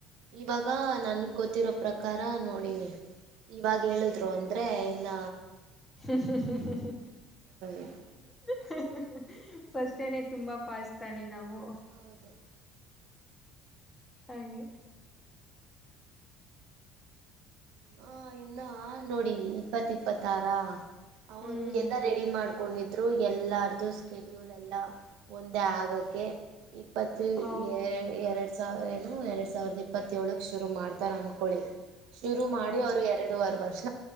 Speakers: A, on the right; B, on the left.
A: ಇವಾಗ ನನ್ಗ್ ಗೊತ್ತಿರೋ ಪ್ರಕಾರ ನೋಡಿ ಇವಾಗ ಹೇಳುದ್ರು ಅಂದ್ರೆ ಇನ್ನ
B: ಹು ಹು ಹು
A: ಇದು
B: ಹ್ಞ ಫಸ್ಟೇನೆ ತುಂಬಾ ಪಾಸ್ಟ್ ತಾನೆ ನಾವು
A: ಹೌದು
B: ಹಾಗೆ
A: ಹಾ ಇನ್ನ ನೋಡಿ ಇಪ್ಪತ್ ಇಪ್ಪತ್ತಾರ ಅವರು
B: ಹ್ಮ್
A: ಎಲ್ಲಾ ರೆಡಿ ಮಾಡ್ ಹಕೊಂಡಿದ್ರು ಎಲ್ಲಾರ್ದು ಸ್ಕೆಡ್ಯೂಲ್ ಎಲ್ಲ ಒಂದೇ ಆಗಕ್ಕೆ ಇಪ್ಪತ್ತು
B: ಹೌದು
A: ಎ ಎರಡು ವ ಏನು ಎರಡ್ ಸಾವಿರದ ಇಪ್ಪತ್ತ ಏಳ್ಕ್ ಶುರು ಮಾಡ್ತಾರ ಅನ್ಕೊಳಿ ಶುರು
B: ಆ
A: ಮಾಡಿ ಅವ್ರು ಎರಡೂುವರೆ ವರ್ಷ